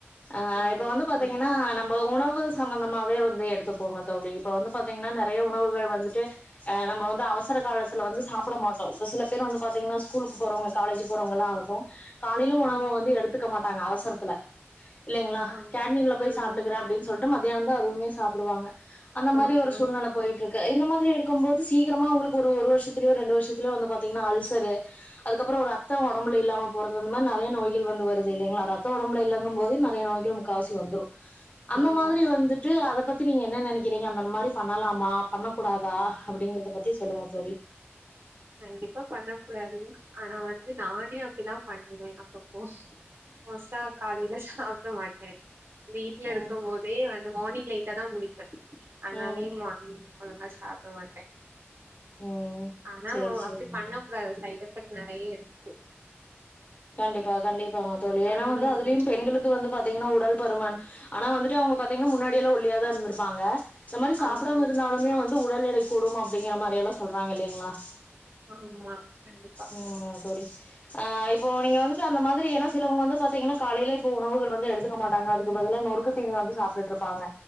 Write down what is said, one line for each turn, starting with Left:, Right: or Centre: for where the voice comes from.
Left: ஆ
Right: ஓ!
Left: இப்ப வந்து
Right: ஓகே
Left: பாத்தீங்கன்னா
Right: ஓகே
Left: ப உணவு சம்பந்தமாவே வந்து எடுத்துப்போங்க தோழி இப்ப வந்து பாத் தீங்கன்னா நிறைய உணவுகள் வந்துட்டு நம்ம வந்து அவசர காலத்துல வந்து சாப்பிட மாட்டோ இப்ப சில பேர் வந்து பாத்தீங்கன்னா ஸ்கூலுக்கு போறங்க காலேஜக்கு போறவங்லா ஆகட்டு காலையலு உணவ
Right: ம்
Left: வந்து எடுத்துக்க மாட்டாங்க அவசரத்துல இல்லைங்களா
Right: ஆமா
Left: கேன்டீன்ல போய்
Right: ம்
Left: சாப்பிட்டுக்கற அப்டின்னு சோ சொல்ட்டு மத்தியான தா அதுவுமே சாப்பிடுவாங்க அந்த மாரி
Right: ஆமா
Left: ஒரு சூழ்நில போயிட்டு இருக்கு இந்த மாதிரி இருக்கு போது சீக்கிரமா உங்களுக்கு ஒரு வருஷத்துலயோ ரெண்டு வருஷத்துலயோ வந்து பாத்தீங்கன்னா அல்சர் அதுக்கப்ரோ இரத்த உடம்புல இல்லாம போறது அந்த மாரி நறைய நோய்கள் வந்து வருது இல்லைங்களா ரத்த உடம்புல இல்லங்கு போது நறைய நோய் காவசி வந்துரு அந்த
Right: ஆமா
Left: மாதிரி வந்துட்டு
Right: ம்
Left: அத பத் த்தி நீங்க என்ன நெனக்கிறீங்க அந்த மாரி பண்ணலாமா பண்ணக்கூடாதா அப்டிங்கறத பத்தி சொல்லுங்க தோழி
Right: கண்டிப்பா பண்ண கூடாது ஆனா வந்து நானே அப்டிதா பண்ணுவே அப்பப்போ மோஸ்ட்டா காலைல சாப்ட மாட்டே வீட்ல
Left: ம்
Right: இருக்கும் போது பயே வந்து மார்னிங் லேட்டா தா முளிப்பே அதனாலயே
Left: ம்
Right: மார்னிங் ஒழுங்கா சாப்ட மாட்டே
Left: ம்
Right: மேம்
Left: சேரி சேரிங்க
Right: அப்டி பண்ண கூடாது சைட் எஃபெக்ட் நறய இருக்கு
Left: கண்டிப்பா கண்டிப்பாங்க தோழி ஏன்னா
Right: ம்
Left: வந்து அதுலயு பெண்களுக் கு வந்து பாத்தீங்கன்னா உடல் பருமன் ஆனா வந்துட்டு அவுங்க பாத்தீங்கன்னா முன்னாடியெல்லா ஒல்லியாதா இருந்துருப்பாங்க இந்த மாரி சாப்டாம
Right: ஆமா
Left: இருந்தாலுமே
Right: ம்
Left: வந்து உடல் எடை கூடும் அப்டிங்கிற மாரி எல்லா சொல்றாங்க இல்லீங்களா
Right: ஆமா கண்டிப்பா
Left: ம் ஆமா தோழி இப்போ நீங்க வந்துட்டு அந்த மாதிரி என சிலவங்க வந்து பாத்தீங்கன்னா காலைல இப்ப உணவுகள் வந்து எடுத்துக்கமாட்டாங்க அதுக்கு பதிலா நொறுக்கு தீனீ வந்து சாப்ட்டுட்ருப்பாங்க